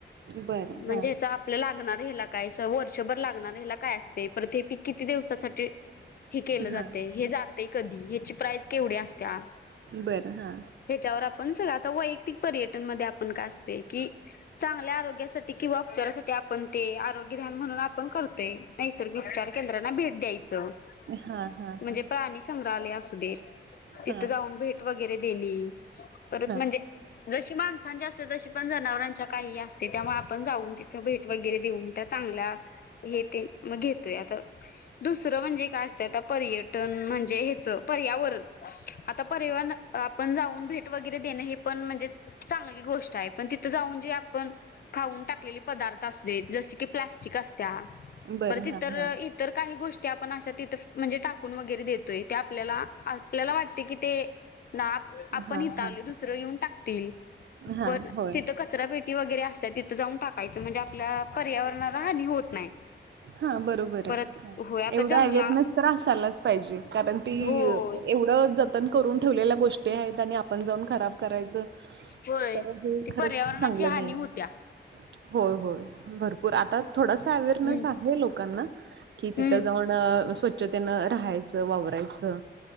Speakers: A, on the right (about 70°); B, on the left (about 55°).
A: बरं
B: म्हणजे
A: हा
B: याचा आपल्या लागणार हेला काय वर्षभर लागणार ह्याला काय असते पर ते पी किती दिवसासाठी हे केलं जाते
A: हा
B: हे जाते कधी ह्याची प्राईज केवढी असत्या
A: बरं हा
B: ह्याच्यावर आपण स आता वैयक्तिक पर्यटन मध्ये आपण काय आसतंय कि चांगल्या आरोग्यासाठी किंवा उपचारासाठी आपण ते <unintelligible> म्हणून आपण करतोय नैसर्गिक उपचार केंद्रांना भेट द्यायचं
A: हा हा
B: म्हणजे
A: हा
B: प्राणी संग्रहालय असू देत तिथं
A: हा
B: जाऊन भेट वगैरे दिली परत
A: हा
B: म्हणजे जशी माणसांच्या असते तशी पण जनावरांच्या काही असते त्यामुळे आपण जाऊन तिथे भेट वगैरे देऊन त्या चांगल्या हे तेन मग घेतोय आता दुसरं म्हणजे काय आ आता पर्यटन म्हणजे ह्याचं पर्यावरण आता परिवन आपण जाऊन भेट वगैरे देण हे पण म्हणजे चांगली गोष्ट आहे पण तिथ जाऊन जे आपण खाऊन टाकलेले पदार्थ असुदेत जसे की चीक आसत्या
A: बरं
B: परत ईतर
A: हा हा
B: इतर काही गोष्टी आपण आशा तीत म्हणजे टाकून वगरे देतोय आपल्याला आपल्याला वाटते कि ते ना आपण
A: हा
B: हित आलोय
A: हा
B: दुसरं येेऊन टाकतील
A: हा
B: पण
A: होय
B: तिथं कचरा पेटी वगैरे असतात तिथं जाऊन टाकायचं म्हणजे आपल्या पर्यावरणाला हानी होत नाही
A: हा बरोबर
B: परत
A: आहे
B: होय आता
A: एवढा
B: जंगला
A: अवेरनेस तर असायलाच पाहिजे कारण ती
B: होय
A: एवढ ज पन करून ठेवलेल्या गोष्टी आहेत आणि आपण जाऊन खराब करायच तर
B: होय
A: हे
B: ती
A: खरंच
B: पर्यावरणाची
A: चांगलं
B: हानी
A: नाही आहेे
B: होत्या
A: होय होय भरपूर आता थोडासा अवेअरनेस
B: हम्म
A: हे लोकांना कि तिथं
B: हम्म
A: जाऊन स्वच्छतेनं राहायचं वावरायचं